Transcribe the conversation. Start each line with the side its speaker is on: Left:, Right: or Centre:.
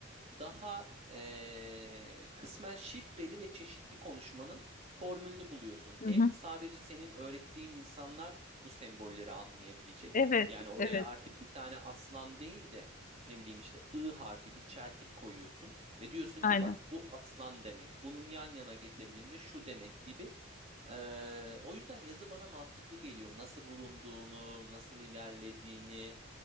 Right: daha eee, kısmen şifreli ve çeşitli konuşmanın formülünü buluyorsun.
Left: hı
Right: Hem
Left: hı.
Right: sadece senin öğrettiğin insanlar bu sembolleri anlayabilecek.
Left: Evet,
Right: Yani oraya
Left: evet,
Right: artık bir tane aslan değil de ne bileyim işte ı harfi bir çeltik koyuyorsun ve diyorsun
Left: aynen.
Right: ki bak bu aslan demek. Bunun yan yana getirdiğimde şu demek gibi ee, o yüzden yazı bana mantıklı geliyor. Nasıl bulunduğunu, nasıl ilerlediğini.